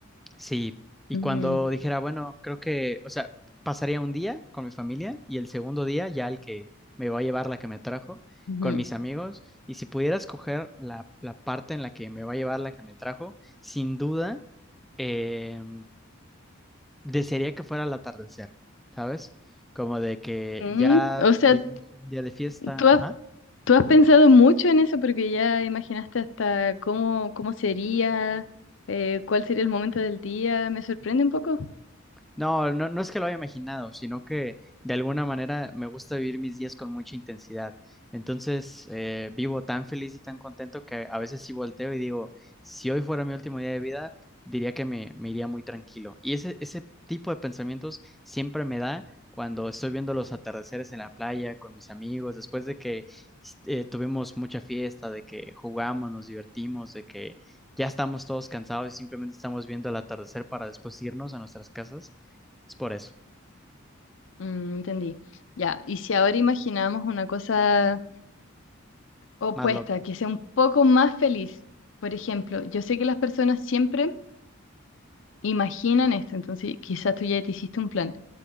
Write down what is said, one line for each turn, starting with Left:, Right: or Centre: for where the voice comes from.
Centre: Sí, y
Left: Ujú,
Centre: cuando dijera, bueno, creo que, o sea, pasaría un día con mi familia y el segundo día ya el que me va a llevar la que me trajo,
Left: ujú.
Centre: con mis amigos, y si pudiera escoger la, la parte en la que me va a llevar la que me trajo, sin duda, eh, desearía que fuera al atardecer, ¿sabes? Como de que
Left: Mm,
Centre: ya
Left: o sea,
Centre: vivimos un día de fiesta,
Left: tú has,
Centre: ajá
Left: tú has pensado mucho en eso porque ya imaginaste hasta cómo, cómo sería, eh, cuál sería el momento del día. Me sorprende un poco.
Centre: No, no, no es que lo haya imaginado, sino que de alguna manera me gusta vivir mis días con mucha intensidad. Entonces, eh, vivo tan feliz y tan contento que a veces sí volteo y digo, si hoy fuera mi último día de vida, diría que me, me iría muy tranquilo. Y ese, ese tipo de pensamientos siempre me da cuando estoy viendo los atardeceres en la playa con mis amigos, después de que eh, tuvimos mucha fiesta, de que jugamos, nos divertimos, de que ya estamos todos cansados y simplemente estamos viendo el atardecer para después irnos a nuestras casas. Es por eso.
Left: Mm, entendí. Ya, y si ahora imaginamos una cosa opuesta,
Centre: Más lo...
Left: que sea un poco más feliz. Por ejemplo, yo sé que las personas siempre imaginan esto, entonces quizás tú ya te hiciste un plan.